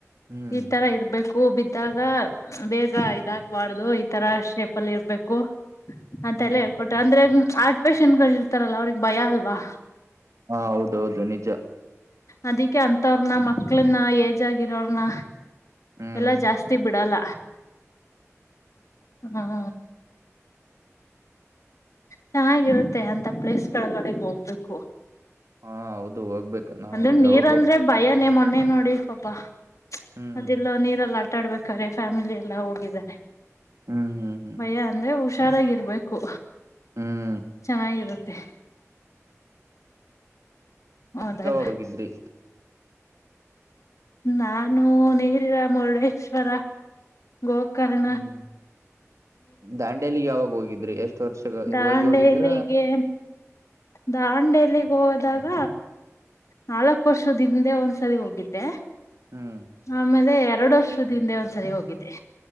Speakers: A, on the right; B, on the left.
A: ಹ್ಮ್
B: ಈ ತರ ಇರ್ಬೇಕು ಹೂ ಬಿದ್ದಾಗ ಬೇಗ ಇದಾಗಬಾರ್ದು ಈ ತರ ಶೇಪ ಅಲ್ಲಿ ಇರ್ಬೇಕು ಮತ್ತೆಲ್ಲ
A: ಹ್ಮ್
B: ಹೇಳ್ಕೊಟಾರ ಅಂದ್ರೆ ಆರ್ಟ್ ಪೇೇಶೆಂಟ್ ಗಳು ಇರ್ತಾರಲ್ಲ ಅವ್ರಗ್ ಭಯ ಅಲ್ವಾ
A: ಹಾ ಹೌದೌದು ನಿಜ
B: ಅದಕ್ಕೆ ಅಂತವ್ರನ ಮಕ್ಳನ್ನ ಏಜ್ ಆಗಿರೋರನ
A: ಹ್ಮ್
B: ಎಲ್ಲಾ ಜಾಸ್ತಿ ಬಿಡಲ್ಲ ಹ್ಮ ಚೆನ್ನಾಗಿರುತ್ತೆ ಅಂತ ಪ್ಲೇಸ್ ಗಳಗಿ ಡೆಗೆ ಹೋಗ್ಬೇಕು
A: ಹಾ ಹೌದು ಹೋಗ್ಬೇಕು ನಾವು
B: ಅಂದ್ರೆ ನೀರ್
A: ಯಾವಾಗ
B: ಅಂದ್ರೆ
A: ಹೋಗ್
B: ಭಯನೇ ಮೊನ್ನೆ ನೋಡಿ ಪಾಪಾ
A: ಹ್ಮ್
B: ಅದೆಲ್ಲ ನೀರೆಲ್ಲ ಆಟ ಆಡ್ಬೇಕ್ರೆ ಫ್ಯಾಮಿಲಿ ಎಲ್ಲ ಹೋಗಿದ್ದಾರೆ
A: ಹ್ಮ್ ಹ್ಮ್ ಹ್ಮ್
B: ಭಯ ಅಂದ್ರೆ ಹುಷಾರಾಗಿರ್ಬೇಕು
A: ಹ್ಮ್
B: ಚೆನ್ನಾಗಿರುತ್ತೆ ಹೋದಾಗ
A: ಚ ಹೋಗಿದ್ರಿ
B: ನಾನು ನೀರಿರ ಮುರುಡೇಶ್ವರ ಗೋಕರ್ಣ
A: ಹ್ಮ್ ದಾಂಡ್ಯಲಿಗ್ ಯಾವಾಗ ಹೋಗಿದ್ರೆ ಎಷ್ಟು ವರ್ಷ
B: ದಾಂಡೇಲಗೆ
A: ಇವಾಗ ಹೋಗಿದ್ರ
B: ದಾಂಡೇಲಿಗೆ ಹೋದಾಗ ನಾಲ್ಕ್ ವರ್ಷದಿಂದೆ ಒಂದ್ಸರಿ ಹೋಗಿದ್ದೆ
A: ಹ್ಮ್
B: ಆಮೇಲೆ ಎರಡು ವರ್ಷದ ಹಿಂದೆ ಒಂದ್ಸರಿ ಹೋಗಿದ್ದೆ